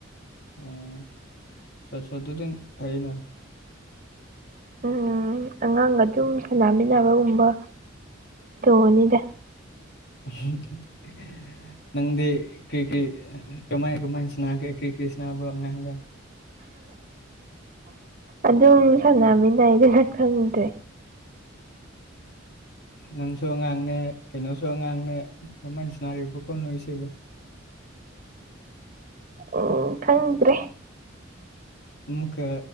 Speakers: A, on the left; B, on the right.
A: ꯑꯣ <unintelligible> ꯑꯗꯨꯗꯤꯟ ꯐꯩꯅ
B: ꯎꯝ ꯑꯉꯥꯡ ꯑꯗꯨꯝ ꯁꯥꯟꯅꯃꯤꯟꯅꯕꯒꯨꯝꯕ ꯇꯧꯕꯅꯤꯗ
A: <unintelligible> ꯅꯪꯗꯤ ꯀꯔꯤ ꯀꯔꯤ ꯀ꯭ꯔꯃꯥꯏ ꯀ꯭ꯔꯃꯥꯏꯅ ꯁꯅꯒꯦ ꯀ꯭ꯔꯤ ꯀ꯭ꯔꯤ ꯁꯅꯥꯅꯕ꯭ꯔꯣ ꯑꯉꯥꯡꯒ
B: ꯑꯗꯨꯝ ꯁꯥꯟꯅꯃꯤꯅꯩꯗ ꯈꯪꯗꯦ
A: ꯅꯪꯁꯨ ꯑꯉꯥꯡꯅꯦ ꯀꯩꯅꯣꯁꯨ ꯑꯉꯥꯡꯅꯦ ꯀ꯭ꯔꯃꯥꯏꯅ ꯁꯥꯟꯅꯔꯤꯕꯣ <unintelligible>
B: ꯎꯝ ꯐꯪꯗ꯭ꯔꯦ
A: ꯑꯃꯨꯛꯀ